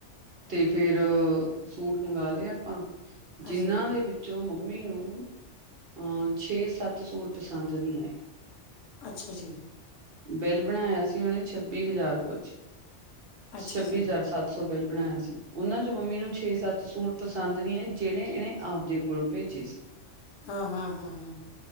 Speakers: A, on the right; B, on the left.
A: ਤੇ ਫੇਰ ਸੂਟ ਮੰਗਾ ਲੇ ਆਪਾਂ ਜਿੰਨਾਂ
B: ਅੱਛਾ ਜੀ
A: ਦੇ ਵਿੱਚ ਚੋਂ ਮੰਮੀ ਨੂੰ ਅਹ ਛੇ ਸੱਤ ਸੂਟ ਪਸੰਦ ਨੀ ਆਏ।
B: ਅੱਛਾ ਜੀ।
A: ਬਿੱਲ ਬਣਾਇਆ ਸੀ ਉਹਨੇ ਛੱਬੀ ਹਜ਼ਾਰ ਕੁਛ,
B: ਅੱਛਾ
A: ਛੱਬੀ
B: ਜੀ
A: ਹਜ਼ਾਰ ਸੱਤ ਸੌ ਬਿੱਲ ਬਣਾਇਆ ਸੀ ਉਹਨਾਂ ਚ ਮੰਮੀ ਨੂੰ ਛੇ ਸੱਤ ਸੂਟ ਪਸੰਦ ਨਹੀਂ ਆ ਜਿਹੜੇ ਇਹਨੇ ਆਪਦੇ ਕੋਲੋਂ ਭੇਜੇ ਸੀ।
B: ਹਾਂ-ਹਾਂ-ਹਾਂ-ਹਾਂ,